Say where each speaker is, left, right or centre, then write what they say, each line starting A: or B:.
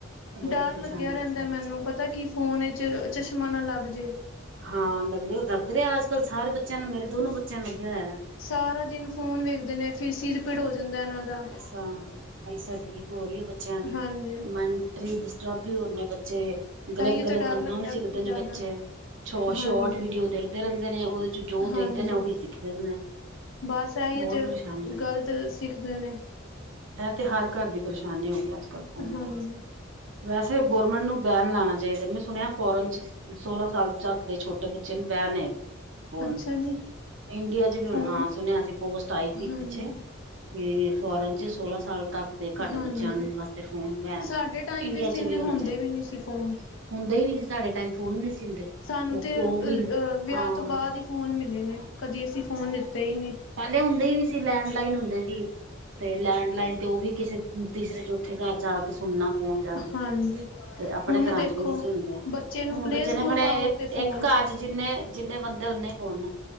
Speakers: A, on the right; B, on the left.
A: ਬਹੁਤ
B: ਡਰ
A: ਪਰੇਸ਼ਾਨ
B: ਲੱਗਿਆ
A: ਕੀਤਾ
B: ਰੈਂਦੈ
A: ਬੱਚਿਆਂ
B: ਮੈਨੂੰ, ਪਤਾ ਕੀ ਫੋਨ ਇਚ ਚਸ਼ਮਾ ਨਾ ਲੱਗ ਜੇ।
A: ਹਾਂ ਲੱਗਦੇ-ਲੱਗ ਰੇ ਅੱਜ-ਕੱਲ੍ਹ ਸਾਰੇ ਬੱਚਿਆਂ ਨੂੰ, ਮੇਰੇ ਦੋਨੋ ਬੱਚਿਆਂ ਨੂੰ ਲੱਗਿਆ ਹੋਐ।
B: ਸਾਰਾ ਦਿਨ ਫੋਨ ਵੇਖਦੇ ਨੇ ਫਿਰ ਸਿਰ ਪੀੜ ਹੋ ਜਾਂਦੈ ਏਨਾਂ ਦਾ।
A: ਤਾਂ ਆਈ ਸੈਡ ਵੀਕ ਹੋ ਰੀ ਐ ਬੱਚਿਆਂ ਦੀ,
B: ਹਾਂਜੀ
A: ਮੈਨ -ਟਲੀ ਡਿਸਟਰਬ ਵੀ ਹੋ ਰੇ ਨੇ ਬੱਚੇ,
B: ਤਾਂਹੀਓ
A: ਗ਼ਲਤ-ਗਲਤ
B: ਤਾਂ ਡਰ
A: ਗੱਲਾਂ
B: ਲੱਗਦਾ
A: ਵੀ ਸਿੱਖਦੇ
B: ਜ਼ਿਆਦਾ
A: ਨੇ ਬੱਚੇ। ਚੋ-ਸ਼ੋਰਟ
B: ਹਾਂਜੀ
A: ਵੀਡੀਓ ਦੇਖਦੇ ਰੈਂਦੇ ਨੇ, ਓਦੇ'ਚ ਜੋ
B: ਹਾਂਜੀ
A: ਦੇਖਦੇ ਨੇ ਓਹੀ ਸਿੱਖਦੇ ਨੇ।
B: ਬਸ ਐਈਯੋ
A: ਬਹੁਤ
B: ਤੇ
A: ਪਰੇਸ਼ਾਨੀ
B: ਗ਼ਲਤ ਸਿੱਖਦੇ ਨੇ।
A: ਐ ਤੇ ਘਰ ਦੀ ਪਰੇਸ਼ਾਨੀ ਹੋ ਗਈ ਅੱਜ-ਕੱਲ ਫੋਨ
B: ਹਾਂਜੀ
A: ਤੇ। ਵੈਸੇ ਗੌਰਰਮੈਂਟ ਨੂੰ ਬੈਨ ਲਾਣਾ ਚਾਈਦੈ। ਮੈਂ ਸੁਣਿਐ ਫੋਰਨ 'ਚ ਸੋਲਾਂ ਸਾਲ ਚੱਕ ਦੇ ਛੋਟੇ ਬੱਚੇ ਨ ਬੈਨ ਏ ਫ਼ੋਨ।
B: ਅੱਛਾ ਜੀ
A: ਇੰਡੀਆ ਚ ਵੀ
B: ਫੋਨ
A: ਹੁਣ, ਹਾਂ ਸੁਣਿਆ ਸੀ ਪੋਸਟ ਆਈ ਸੀ ਇਕ
B: ਹਾਂਜੀ
A: ਪਿੱਛੇ। ਕਿ ਫੋਰਨ 'ਚ ਸੋਲਾਂ ਸਾਲ ਤੱਕ ਤੇ ਘੱਟ
B: ਹਾਂਜੀ
A: ਬੱਚਿਆਂ ਨੰ-ਵਾਸਤੇ ਫੋਨ ਬੈਨ,
B: ਸਾਡੇ ਟਾਈਮ
A: ਇੰਡੀਆ
B: ਵਿੱਚ
A: ਚ
B: ਇੰਨੇ
A: ਵੀ ਹੋਣਾ
B: ਹੁੰਦੇ
A: ਚਾਹੀਦਾ।
B: ਵੀ ਨਹੀਂ ਸੀ ਫੋਨ
A: ਹੁੰਦਾ ਈ ਨੀਂ, ਸਾਡੇ ਟੈਮ ਫੋਨ ਨੀਂ ਸੀ ਹੁੰਦੇ।
B: ਸਾਨੂੰ
A: ਉਹ
B: ਤੇ
A: ਉਹ
B: ਅ-ਯ-ਅ-ਵਿਆਹ
A: ਵੀ ਹਾਂ
B: ਤੋਂ ਬਾਦ ਹੀ ਫੋਨ ਮਿਲੇ ਨੇ, ਕਦੀ ਅਸੀਂ ਫੋਨ ਲਿੱਤਾ ਈ ਨੀ।
A: ਪੈਲੇ ਹੁੰਦੇ ਈ ਨੀ ਸੀ, ਲੈਂਡਲਾਈਨ ਹੁੰਦੇ ਸੀ, ਤੇ ਲੈਂਡਲਾਈਨ ਤੇ ਓ ਵੀ ਕਿਸੇ ਤੀਸਰੇ-ਚੌਥੇ ਘਰ ਜਾ ਕੇ ਸੁਣਨਾ ਫੋਨ ਜਾ ਕੇ।
B: ਹਾਂਜੀ
A: ਤੇ ਆਪਣੇ
B: ਹੁਣ
A: ਘਰਾਂ
B: ਦੇਖੋ
A: ਚ ਵੀ ਨੀਂ ਸੀ ਹੁੰਦੇ।
B: ਬੱਚੇ ਨੂੰ
A: ਹੁਣ
B: ਪਲੇ
A: ਤੇ
B: ਸਕੂਲ
A: ਜਣੇ-ਖਣੇ
B: ਪਾਓ
A: ਇੱਕ-
B: ਤੇ ਫੋਨ
A: ਇਕ ਘਰ 'ਚ ਚ ਜਿੰਨੇ-ਜਿੰਨੇ ਬੰਦੇ ਉਂਨੇ ਈ ਫੋਨ ਨੇ।